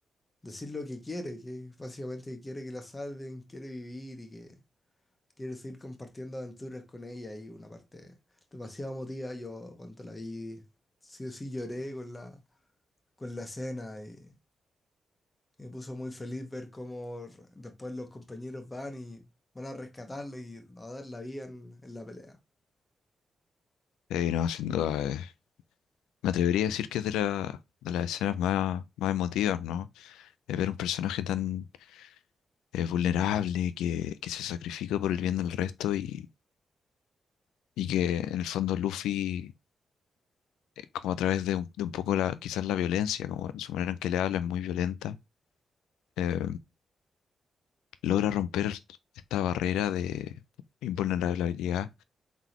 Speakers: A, on the left; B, on the left.
A: decir lo que quiere, que básicamente quiere que la salven, quiere vivir y que... Quiero seguir compartiendo aventuras con ella y una parte demasiado emotiva. Yo cuando la vi, sí o sí lloré con la, con la escena y, y me puso muy feliz ver cómo r- después los compañeros van y van a rescatarlo y a dar la vida en, en la pelea.
B: Eh, no, sin duda, eh, me atrevería a decir que es de la, de las escenas más, más emotivas, ¿no? Eh, ver un personaje tan eh, vulnerable que, que se sacrifica por el bien del resto y, y que en el fondo Luffy eh, como a través de un, de un poco la, quizás la violencia, como en su manera en que le habla es muy violenta, eh, logra romper esta barrera de invulnerabilidad